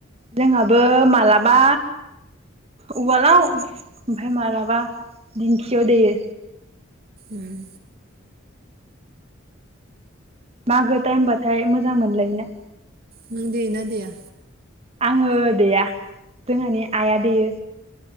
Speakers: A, on the right; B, on the right.
A: जोंहाबो माला मा उवालाव ओमफ्राय मालाबा दिंखियाव दैयो।
B: उम
A: मागो टाइम बाथाय मोजां मोनलायोना।
B: नों देयो ना देया?
A: आङो देया जोंहानि आइया देयो।